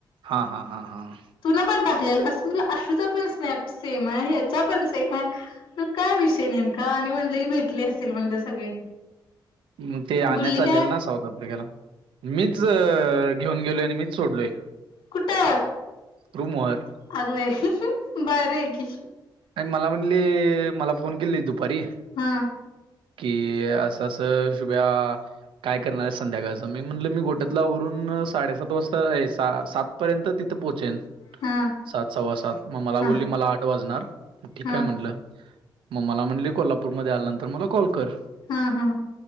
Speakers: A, on the right; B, on the left.
A: हा, हा, हा, हां
B: तुला पण टाकलेल <unintelligible> आशूचा पण स्नॅप सेम आहे, ह्याचा पण सेम आहे, त काय विषय नेमका आणि म्हणलं ही भेटली असेल म्हणलं सगळी
A: म ते आण्या
B: बोलली
A: चालेल
B: काय
A: ना साऊथ आफ्रिकेला, मीच च घेऊन गेलोय आणि मीच सोडलोय
B: कुठं,
A: रूमवर
B: अगं बाय बाहेर आहे की
A: आणि मला म्हणली, मला फोन केली दुपारी
B: हम्म
A: कि असं असं शुभ्या काय करणार आहे संध्याकाळचं मी म्हटलं मी घोट्यातला आवरून साडेसात वाजता सात पर्यंत पोहचेन
B: हा
A: सात सव्वा सात म मला
B: हा
A: बोलली मला आठ वाजणार ठीकय
B: हा
A: म्हटलं म मला म्हणली कोल्हापूरमध्ये आल्यानंतर मला कॉल कर
B: हा ह